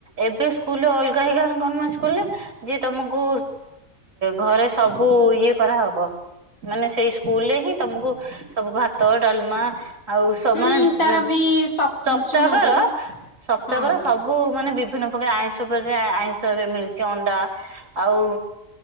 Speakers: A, on the right; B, on the left.
A: ଏବେ ସ୍କୁଲ ଅଲଗା ହେଇଗଲାଣି ଗଣ୍ ସ୍କୁରେ ଯିଏ ତମକୁ ଘରେ ସବୁ ଇଏ କରାହବ। ମାନେ ସେଇ ସ୍କୁଲ ରେ ହିଁ ତମକୁ ସବୁ ଭାତ ଡାଲମା ଆଉ ସ
B: ହୁଁ
A: ମାନେ
B: ତାର ବି
A: ସପ୍ତାକର
B: ଶୁଣନ୍ତୁ
A: ସପ୍ତାକର
B: ହଁ ହଁ
A: ସବୁ ମାନେ ବିଭିନ୍ନ ପ୍ରକାର ଆଇଷ ଉପ ଆଇଷ ଏ ମିଳଛି ଅଣ୍ଡା ଆଉ